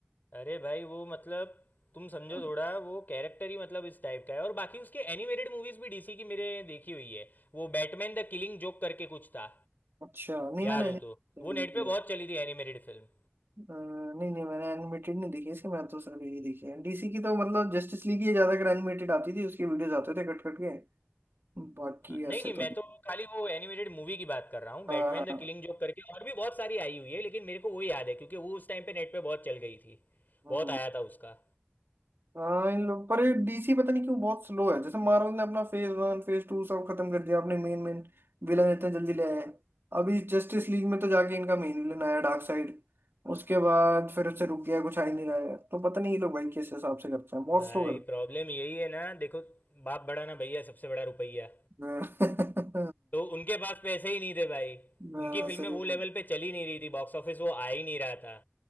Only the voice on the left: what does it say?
अरे भाई वो मतलब तुम समझो
थोड़ा वो कैरेक्टर ही मतलब इस टाइप का है और बाकी उसके एनिमेटेड मूवीज भी डीसी की मेरे देखी हुई है वो बैटमैन द किलिंग जोक करके कुछ था
याद
हो
तो वो
नेट
पे
बहुत चली थी एनिमेटेड फिल्म
हाँ, नहीं
नहीं
मैं
तो खाली वो एनिमेटेड मूवी की बात कर रहा हूँ बैटमैन
द किलिंग जोक करके और भी बहुत सारी आई हुई है लेकिन मेरे को वो याद है क्योंकि वो उस टाइम पे नेट पे बहुत चल गई थी
बहुत आया था उसका
भाई
प्रॉब्लम यही है ना देखो बाप बड़ा ना भैया सबसे बड़ा रुपया
तो उनके पास पैसे ही नहीं थे भाई
उनकी
फिल्में वो
लेवल पे चली नहीं रही थी बॉक्स ऑफिस वो आ ही नहीं रहा था